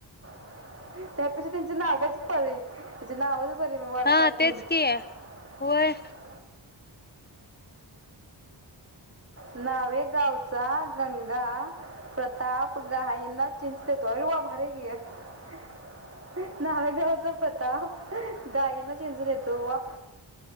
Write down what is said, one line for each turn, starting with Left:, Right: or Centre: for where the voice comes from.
Right: <unintelligible>
Left: हा तेच की होय
Right: नावे गावचा गंगा प्र. <unintelligible> नावेगावचा पता गाईना झिंजून येतो वा.